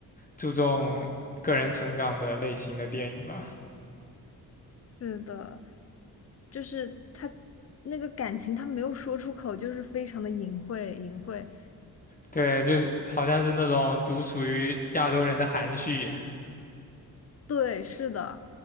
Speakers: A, on the left; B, on the left.
A: 注重个人成长的类型的电影吧。
B: 是的，就是他那个感情，他没有说出口，就是非常的隐晦，隐晦。
A: 对，就是好像是那种独属于亚洲人的含蓄，
B: 对，是的，